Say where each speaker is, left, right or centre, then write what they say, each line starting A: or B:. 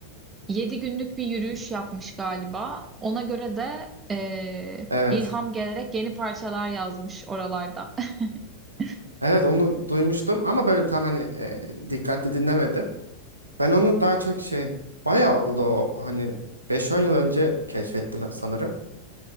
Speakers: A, on the right; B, on the right.
A: Yedi günlük bir yürüyüş yapmış galiba. Ona göre de e,
B: evet.
A: ilham gelerek yeni parçalar yazmış oralarda. <laughs>
B: Evet onu duymuştum ama böyle tam hani e, dikkatli dinlemedim. Ben onu daha çok şey bayağı oldu o, hani beş on yıl önce keşfettim sanırım.